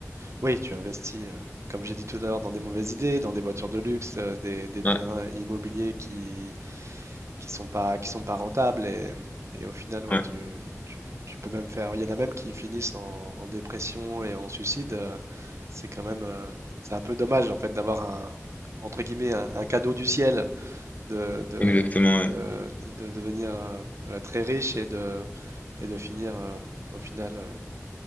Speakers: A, on the right; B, on the left.
A: Oui, tu investis, heu, comme j'ai dit tout à l'heure, dans des mauvaises idées, dans des voitures de luxe, heu, des des biens
B: Ouais,
A: immobiliers qui qui sont pas qui sont pas rentables et mmh et au final, ouais,
B: ouais,
A: tu tu tu peux même faire il y en a même qui finissent en en dépression et en suicide, heu, c'est quand même, hem, c'est un peu dommage, en fait, d'avoir un entre guillemets, «un un cadeau du ciel» de de
B: exactement, ouais.
A: de de de devenir, heu, heu, très riche et de et de finir, heu, au final, heu